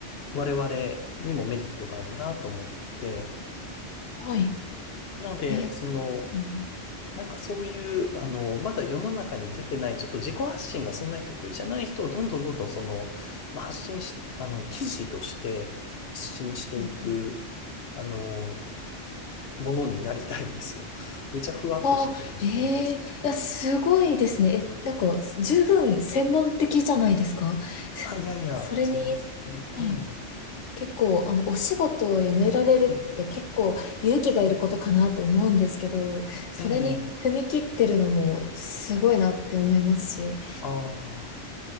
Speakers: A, on the left (about 60°); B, on the left (about 80°).
A: 我々にもメリットがあるなと思ってて、
B: はい。
A: なので、
B: え、
A: その、
B: うん、うん、
A: なんかそういう、あの、まだ世の中に出てない、ちょっと自己発信がそんなに得意じゃない人をどんどんどんどんその、まあ、発信し、あの、記事として発信していく、
B: うんうん
A: あの、ものになりたいんですよ。<laughs> めちゃふわっとしてて申し訳ないですけど。
B: ああ、ええいや、すごいですね。え、なんか、十分専門的じゃないですか
A: あ、いやいや、
B: <laughs> そそれに、
A: 全然、ええ
B: はい結構、あの、お仕事を辞められるって結構勇気がいることかなと思うんですけど、
A: はい。
B: それに踏み切ってるのもすごいなって思いますし。
A: ああ、ええああ。